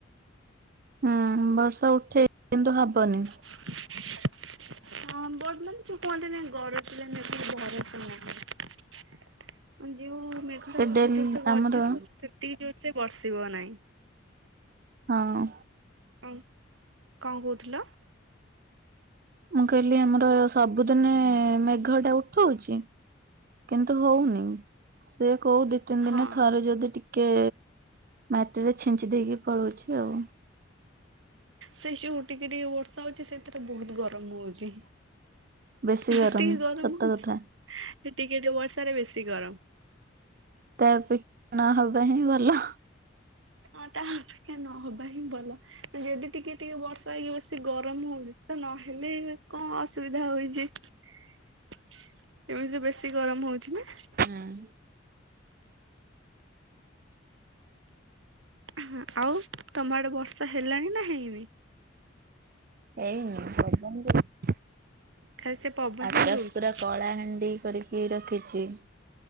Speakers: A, on the right; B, on the right.
A: ହୁଁ ବର୍ଷା ଉଠେଇଚି କିନ୍ତୁ ହବନି।
B: <inaudible> ହଁ ବର୍ତ୍ତମାନ୍ କୁହନ୍ତି ନି ଗରଜିଲା ମେଘ ବରଷେ ନାହିଁ। ମାନେ ଯେଉ ମେଘ
A: ସେ
B: ଟା ବହୁତ୍
A: ଡେଲି
B: ଜୋର୍ ସେ ଗର୍ଜୁଥିବ
A: ଆମର
B: ସେତିକି ଜୋର୍ ସେ ବର୍ଷିବ ନାହିଁ।
A: ହଁ।
B: କଣ୍ କହୁଥିଲ?
A: ମୁଁ କହିଲି ଆମର ସବୁଦିନେ ମେଘ ଟା ଉଠଉଚି କିନ୍ତୁ ହଉନି ସେ କଉ ଦି ଦି ତିନି
B: ହଁ
A: ଦିନରେ ଥରେ ଯଦି ଟିକେ ମାଟିରେ ଛିଞ୍ଚି ଦେଇକି ପଳଉଚି ଆଉ।
B: ସେ ସଉ ଟିକେ ଟିକେ ବର୍ଷା ହଉଚି ସେଥିରେ ବହୁତ୍ ଗରମ୍ ହଉଚି।
A: ବେଶୀ
B: ଯେତିକି
A: ଗରମ
B: ଗରମ୍
A: ସତ
B: ହଉଚି
A: କଥା
B: ସେ ଟିକେ ଟିକେ ବର୍ଷାରେ ବେଶୀ ଗରମ୍।
A: ତା ଅପେ-ନ ହବା ହିଁ ଭଲ।
B: ହଁ ତା ଅପେକ୍ଷା ନହବା ହିଁ ଭଲ। ଯଦି ଟିକେ ଟିକେ ବର୍ଷା ହେଇକି ବେଶି ଗରମ୍ ହଉଚି ତ ନହେଲେ କଣ ଅସୁବିଧା ହଉଚି। ଏମିତି ତ ବେଶୀ ଗରମ୍ ହଉଚି ନା।
A: <inaudible>
B: ଆଁ -ହ ଆଉ ତମ ଆଡେ ବର୍ଷା ହେଲାଣି ନା ହେଇନି?
A: ହେଇନି <unintelligible>
B: ଖାଲି ସେ ପବନ
A: ଆକାଶ୍
B: ହିଁ ଦଉଛି।
A: ପୁରା କଳାହାଣ୍ଡି କରି କି ରଖିଚି